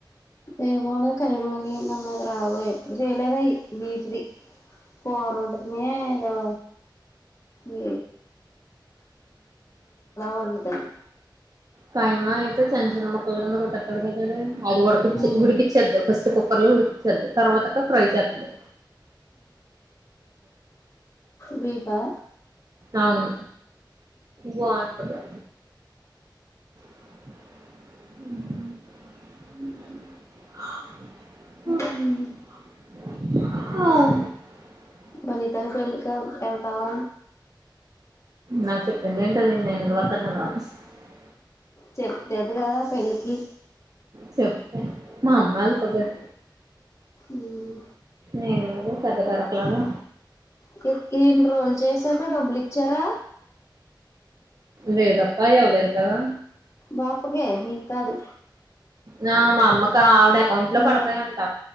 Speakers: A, on the left; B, on the right.
A: ఏమో నాకు కైమాగన్న <unintelligible> గ్రావ ఎప్పుడు చేయలేదయి మీ క్రి కూరొంటమే ఆ ఊ వండుతాను
B: కైమా అయితే చిన్న చిన్న ముక్కలు కింద కోటేతాడు కదా ఆడు. అది ఉడకిచి
A: ఉమ్
B: ఉడికిచద్దు. ఫస్ట్ కుక్కర్లో ఉడికించాలి తర్వాత ఫ్రై చేస్తది.
A: బీఫ్ ఆ?
B: అవును బాంటదా ఆ
A: ఉమ్ మనీత చక అతవా
B: నాకు చెప్పింది ఏంటది నేనుదివాతన్నాన <unintelligible>
A: చెప్తది రా పెళ్ళికి
B: చెప్పే మా అమ్మాలా పొగరు
A: ఉమ్
B: నేను పెద్ద పరకులాగా
A: కు ఇన్ని రోజులు చేసాక డబ్బులు ఇచ్చారా
B: లేదప్పా ఇవ్వలేదు కదా
A: బపకే నీకాదు
B: నా మా అమ్మకా ఆవిడ అకౌంట్ లో
A: ఉమ్
B: పడతాయంట